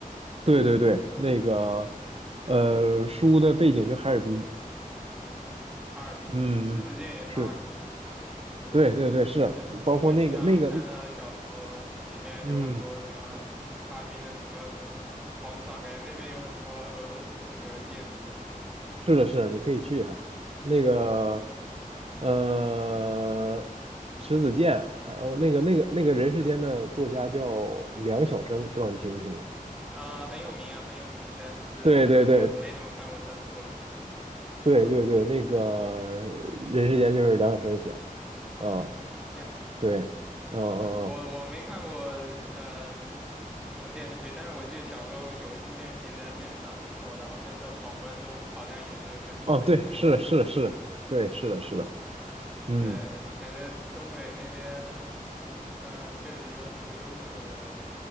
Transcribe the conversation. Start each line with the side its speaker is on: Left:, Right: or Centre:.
Right: 对对对，那个
Centre: 嗯
Right: 呃，书的背景就哈尔滨。
Centre: 嗯，哈尔滨，
Right: 嗯嗯，
Centre: 迟子建也是哈尔滨的。
Right: 嗯是，对对对，是，
Centre: 呃，
Right: 包括那个那个，
Centre: 我经常看他的小说，
Right: 嗯。
Centre: 里面有很多什么哈尔滨的什么什么广场，
Right: 嗯
Centre: 感觉那边有很多俄罗斯风格的建筑。
Right: 是的，是的，你可以去一下那个，
Centre: 嗯
Right: 呃，迟子健，然后那个那个那个人世间的作家叫梁晓声，不知道你听没听过？
Centre: 啊，很有名啊，很有名，但是我没怎么看过他的作品。
Right: 对对对对对对，那个人世间就是梁晓声写的，
Centre: 嗯，
Right: 啊，
Centre: 这样子。
Right: 对，嗯嗯嗯，
Centre: 我我没看过呃什么电视剧，但是我记得小时候有一部电视剧在电视上挺火的，好像叫《闯关东》，好像也是跟东北相关的。
Right: 哦，对，是的，是的，是的，对，是的，是的，嗯，
Centre: 对，感觉东北那边，嗯、确实有很多优秀的